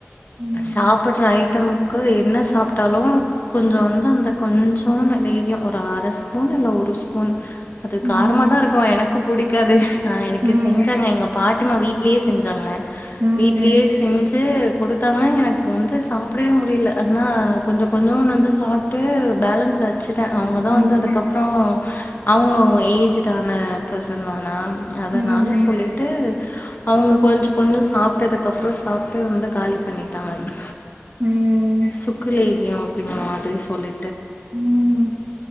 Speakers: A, on the right; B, on the left.
A: ம்
B: சாப்பிட்ற ஐட்டம் கு என்ன சாப்ட்டாலு கொஞ்சோ வந்து அந்த கொஞ்சோனு லேகியோ ஒரு அர ஸ்பூன் இல்ல ஒரு ஸ்பூன் அது
A: ம்
B: காரமா தா இருக்கு எனக்கு புடிக்காது ஆ எனக்கு
A: ம்
B: செஞ்சாங்க எங்க பாட்டிமா வீட்லயே செஞ்சாங்க
A: ம்
B: வீட்லயே செஞ்சு குடுத்தாங்க எனக்கு வந்து சாப்டவே முடியில ஆனா கொஞ்ச கொஞ்ச நா வந்து சாப்ட்டு பேலன்ஸ் வ ச்சிட்டே அவங்க தா
A: ம்
B: வந்து அதுக்கப்றோ அவங்களு ஏஜுடான பர்சன் ஆனா அதனால
A: ம்.
B: சொல்லிட்டு அவங்க கொஞ்ச கொஞ்ச சாப்ட்டதுக்கப்றோ சாப்ட்டு வந்து காலி பண்ணிட்டாங்க
A: ம்.
B: சுக்கு லேகியோ அப்டிங்கற மாதிரி சொல்லி
A: ம்